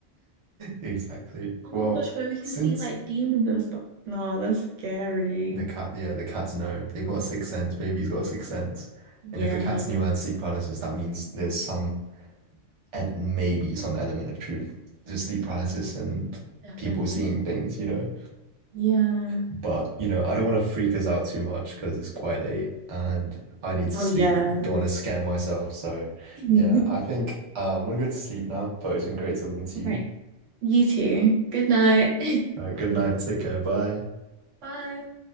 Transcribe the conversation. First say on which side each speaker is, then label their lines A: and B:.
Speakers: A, on the right; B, on the right.
A: Exactly.
B: Oh
A: Well,
B: my gosh, where we can
A: since
B: see like demons and stuff. No, that's scary.
A: the cat, yeah, the cats know they've got a sixth sense. Baby's got a sixth sense, and
B: Yeah,
A: if the cats knew I had sleep paralysis, that means there's some and maybe some element of truth to sleep paralysis and
B: definitely.
A: people seeing things, you know.
B: Yeah.
A: But, you know, I don't want to freak us out too much because it's quite late and I need to
B: Oh
A: sleep.
B: yeah.
A: Don't want to scare myself. So,
B: <laughs>
A: yeah, I think uh, I'm gonna go to sleep now, but it's been great talking to you.
B: Right. You too. Good night. <clears throat>
A: All right, good night. Take care. Bye.
B: <laughs> Bye.